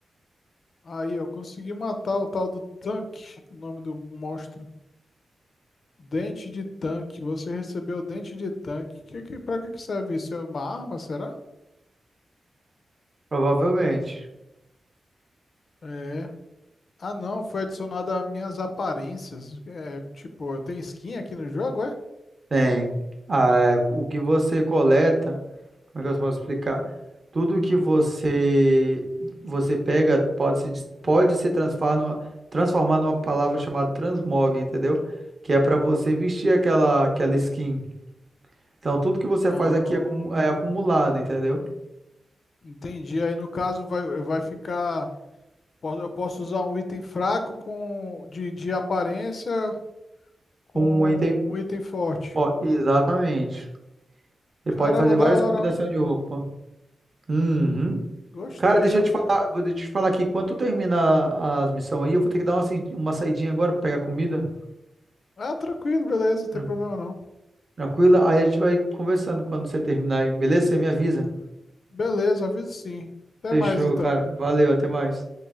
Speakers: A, on the left; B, on the right.
A: Aí, eu consegui matar o tal do tanque, o nome do monstro. Dente de tanque, você recebeu dente de tanque. Que, que, pra que que serve isso? É uma arma, será?
B: provavelmente.
A: É. Ah, não, foi adicionado às minhas aparências. É, tipo, tem skin aqui no jogo, é?
B: Tem. Ah, é, o que você coleta, como é que eu posso explicar? Tudo
A: Hum.
B: que você você pega pode se, des- pode se transformar numa, transformar numa palavra chamada transmog, entendeu? Que é pra você vestir aquela, aquela skin. Então, tudo que você
A: Ah,
B: faz aqui é acumu- é acumulado, entendeu?
A: entendi. Aí no caso vai, vai ficar. po- Eu posso usar um item fraco com de, de aparência com
B: Com um item.
A: um item forte.
B: Ó, exatamente. Você
A: Caramba,
B: pode fazer
A: da
B: várias
A: hora,
B: combinações
A: ó.
B: de roupa. Uhum.
A: Gostei,
B: Cara, deixa
A: ó.
B: eu te falar, vou te falar aqui. Quando tu termina as missões aí, eu vou ter que dar uma, saí- uma saidinha agora pra pegar comida.
A: Ah, tranquilo, beleza, não tem
B: Tran-
A: problema não.
B: Tranquila? Aí a gente vai conversando quando você terminar aí, beleza? Você me avisa.
A: Beleza, aviso sim. Até
B: Fechou,
A: mais então.
B: cara. Valeu, até mais.